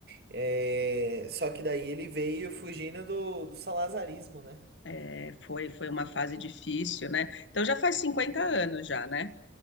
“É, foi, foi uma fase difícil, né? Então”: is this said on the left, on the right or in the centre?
Left